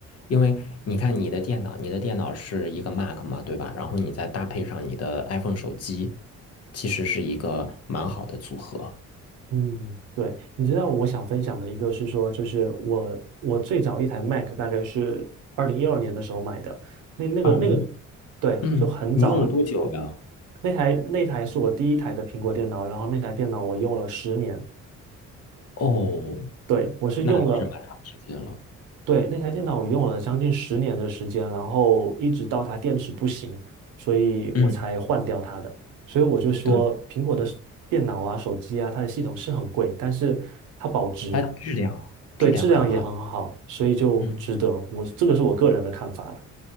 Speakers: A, on the left; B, on the right.
A: 因为你看你的电脑，你的电脑是一个 Mac 嘛，对吧？然后你再搭配上你的 iPhone 手机，其实是一个蛮好的组合。
B: 嗯，对，你知道我想分享的一个是说，就是我我最早一台 Mac 大概是二零一二年的时候买的，那那个那个，
A: 二零，
B: 对，
A: 嗯，
B: 就很早，
A: 你用了多久呀？
B: 那台那台是我第一台的苹果电脑，然后那台电脑我用了十年，
A: 哦，
B: 对，我是用了
A: 那还是蛮长时间了。
B: 对，那台电脑我用了将近十年的时间，然后一直到它电池不行，所以我才换掉它的。
A: 嗯，
B: 所以我就说，
A: 对，
B: 苹果的电脑啊、手机啊，它的系统是很贵，但是它保值，
A: 它质量质量很好。
B: 对，质量也很好，所以就值得。
A: 嗯
B: 我这个是我个人的看法了。